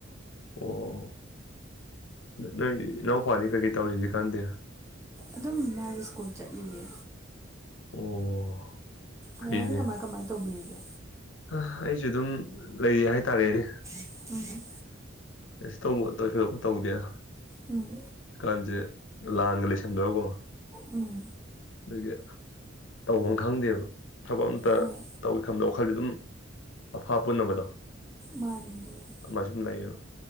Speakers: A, on the left (about 75°); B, on the right (about 15°).
A: ꯑꯣ ꯅꯣꯏ ꯏꯅꯥꯎꯄꯥꯗꯤ ꯀꯩ-ꯀꯩ ꯇꯧꯔꯤ ꯍꯖꯤꯛꯀꯥꯟꯗꯤ
B: ꯑꯗꯨꯝ ꯃꯥꯖꯨ ꯁ꯭ꯀꯨꯜ ꯆꯠꯂꯤꯌꯦ
A: ꯑꯣ ꯐꯩꯅꯦ
B: ꯗꯥꯗꯗꯤ ꯀꯃꯥꯏ ꯀꯃꯥꯏ ꯇꯧꯕꯤꯔꯤꯒꯦ
A: ꯑ ꯑꯩꯁꯨ ꯑꯗꯨꯝ ꯂꯩꯔꯤ ꯍꯥꯏ ꯇꯥꯔꯦꯅꯦ
B: ꯎꯝ
A: ꯀꯩꯁꯨ ꯇꯧꯕꯥ ꯊꯣꯏꯗꯣꯛꯄ ꯇꯧꯗꯦꯗꯥ
B: ꯎꯝ
A: ꯀꯥꯟꯖꯦ ꯂꯥꯟꯒ ꯂꯩꯁꯟꯕꯒꯥꯀꯣ
B: ꯎꯝ
A: ꯑꯗꯨꯒꯤ ꯇꯧꯐꯝ ꯈꯪꯗꯦꯕ ꯊꯕꯛ ꯑꯝꯇ
B: ꯍꯣꯏ
A: ꯇꯧꯏꯒꯦ ꯈꯟꯗ ꯋꯥꯈꯜꯗꯤ ꯑꯗꯨꯝ ꯑꯐꯥ ꯑꯄꯨꯟꯅꯥꯕꯗꯣ
B: ꯃꯥꯅꯦ ꯑꯗꯨꯕꯨꯗꯤ
A: ꯑꯃꯥꯏ ꯁꯨꯝ ꯂꯩꯌꯦꯕ